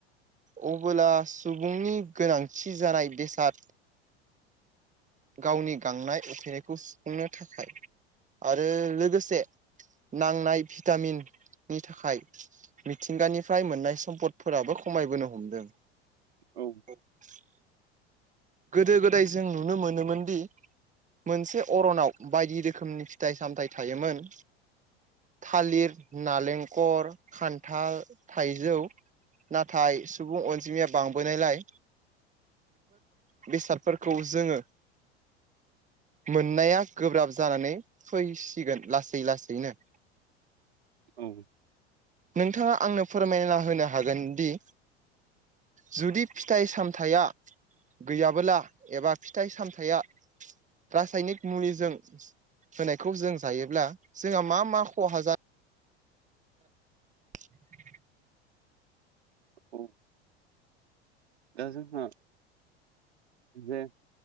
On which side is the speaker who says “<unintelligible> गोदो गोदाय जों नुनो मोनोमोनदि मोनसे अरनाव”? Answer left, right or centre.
Right